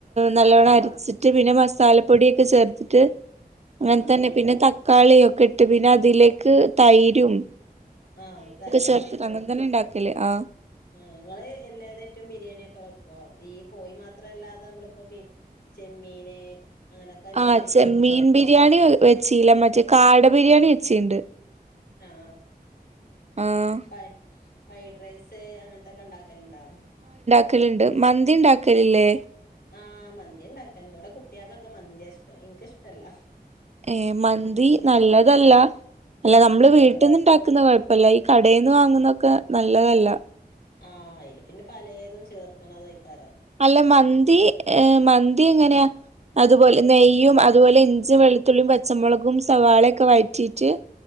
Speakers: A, on the right (about 40°); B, on the left (about 80°).
A: നല്ലവണ്ണം
B: ആഹ്
A: അരച്ചിട്ട് പിന്നെ മസാലപൊടിയൊക്കെ ചേർത്തിട്ട് അങ്ങനെ
B: ആഹ്
A: തന്നെ
B: ആഹ്
A: പിന്നെ തക്കാളിയൊക്കെ ഇട്ട് പിന്നെ അതിലേക്ക് തൈരും
B: ആ തൈരൊക്കെ
A: ചേർത്തിട്ട്
B: ഒഴിക്കലുണ്ട്.
A: അങ്ങനെ തന്നെ ഉണ്ടാക്കല് ആ
B: ആ നിങ്ങള് എല്ലാതായിട്ടും ബിരിയാണി ഒക്കെ വെക്ക് ഈ കോഴി മാത്രല്ലാതെ നമ്മളിപ്പോ ചെമ്മീന് അങ്ങനൊക്കെ എല്ലതും
A: ആ
B: ആയിട്ട്
A: ചെമ്മീൻ
B: വെക്കോ ആഹ്
A: ബിരിയാണി വെച്ചീല്ല മറ്റേ കാട ബിരിയാണി വെച്ചീണ്ട്.
B: ആ
A: ആഹ്
B: ആ ഫ്രൈഡ് റൈസ് അങ്ങനത്തൊക്കെ ഉണ്ട വെക്കലണ്ട?
A: വെക്കലിണ്ട് മന്തി ഉണ്ടാക്കലല്ലേ?
B: ആഹ് മന്തി ഉണ്ടാക്കലണ്ട് ഇവിടെ കുട്ടികൾക്കൊക്കെ മന്തിയ ഇഷ്ടം എനക്ക് ഇഷ്ടല്ല.
A: ഏ മന്തി നല്ലതല്ല അല്ല നമ്മള്
B: ആഹ്
A: വീട്ടിൽന്ന് ഉണ്ടാക്കുന്ന കുഴ പ്പല്ല ഈ കടയിൽന്ന് വാങ്ങുന്നതൊക്കെ നല്ലതല്ല.
B: ആ അയില് പിന്നെ പലതും ചേർക്കണത ആയ്കാരം.
A: അല്ല മന്തി മന്തി എങ്ങനെയാ? അതുപോലെ നെയ്യും അതുപോലെ ഇഞ്ചും വെളുത്തുള്ളിയും പച്ചമുളകും സവാളയൊക്കെ വഴറ്റിയിട്ട്